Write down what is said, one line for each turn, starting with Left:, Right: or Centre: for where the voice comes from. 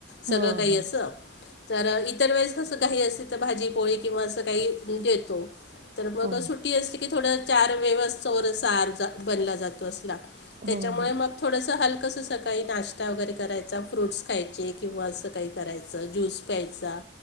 Left: सगळं
Right: हो
Left: काही
Right: हो
Left: असं तर इतर तसं काही असेल तर भाजी, पोळी किंवा अस काही देतो तर मग
Right: हो हो
Left: सुट्टी अस की थोडं चार वेवस चोरसार बनला जातो असला त्याच्यामुळे
Right: हो हो
Left: मग थोडंसं हलकंसं सकाळी नाश्ता वगैरे करायचा फ्रूट्स खायचे किंवा असं काही करायचं ज्यूस घ्यायचा